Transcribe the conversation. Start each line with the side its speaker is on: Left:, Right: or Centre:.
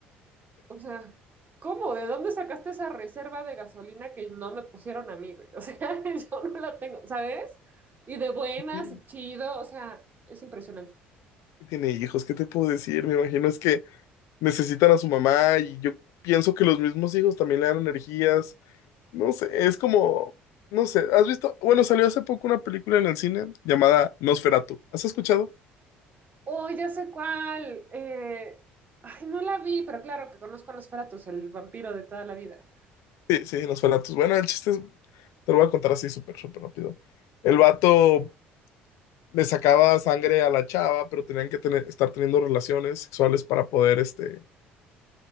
Right: O sea, ¿cómo? ¿De dónde sacaste esa reserva de gasolina que no me pusieron a mí, güey? O sea, <laughs> yo no la tengo, ¿sabes? Y de buenas
Left: sí,
Right: y chido, o sea, es impresionante.
Left: tiene hijos, ¿qué te puedo decir? Me imagino es que necesitan a su mamá y yo pienso que los mismos hijos también le dan energías. No sé, es como, no sé, ¿has visto? Bueno, salió hace poco una película en el cine llamada Nosferatu. ¿Has escuchado?
Right: Oh, ya sé cuál. eh, Ay, no la vi, pero claro que conozco a Nosferatus, el vampiro de toda la vida.
Left: Sí, sí, Nosferatu. Bueno, el chiste es, te lo voy a contar así súper, súper rápido. El vato le sacaba sangre a la chava, pero tenían que tener- estar teniendo relaciones sexuales para poder, este,